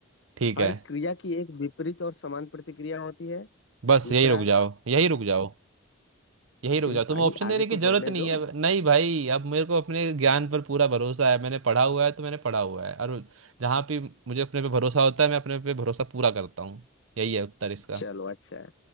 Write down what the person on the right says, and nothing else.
ठीक
है
बस
यही रुक जाओ यही रुक जाओ यही
रुक जाओ तुम्हें
ऑप्शन देने
की
जरूरत
नहीं
है नहीं भाई अब मेरे को अपने ज्ञान पर पूरा भरोसा है मैंने पढ़ा हुआ है तो मैंने पढ़ा हुआ है और जहाँ पे मुझे अपने पे भरोसा होता है मैं अपने पे भरोसा पूरा करता हूँ यही है उत्तर इसका